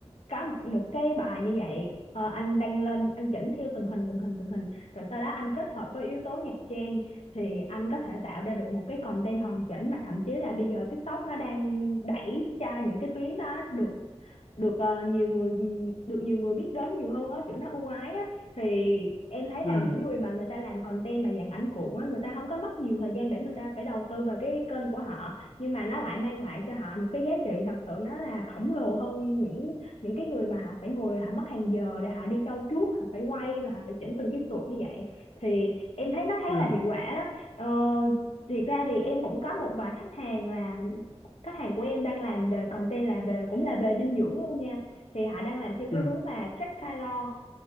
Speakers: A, on the left; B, on the left.
A: có một một cái bài như vậy ờ, anh đăng lên anh chỉnh theo từng hình từng hình từng hình rồi sau đó anh kết hợp với yếu tố nhạc trend thì anh có thể tạo ra được một cái content hoàn chỉnh mà thậm chí là bây giờ TikTok nó đang đẩy cho những cái tuyến đó được được ờ, nhiều người được nhiều người biết đến nhiều hơn á kiểu nó ưu ái á thì em thấy là
B: ừ
A: những người mà người ta làm content mà dạng ảnh cuộn á người ta không có mất nhiều thời gian để người ta phải đầu tư vào cái kênh của họ nhưng mà nó lại mang lại cho họ một cái giá trị thật sự nó là khổng lồ hơn những những cái người mà họ phải ngồi họ mất hàng giờ để họ đi trau chuốt họ phải quay rồi họ phải chỉnh từng cái sụt như vậy thì em thấy nó khá
B: ừ
A: là hiệu quả đó ờ, thiệt ra thì em cũng có một vài khách hàng là khách hàng của em đang làm về content là về cũng là về dinh dưỡng luôn nha thì họ đang làm theo cái
B: ừ
A: hướng là track calo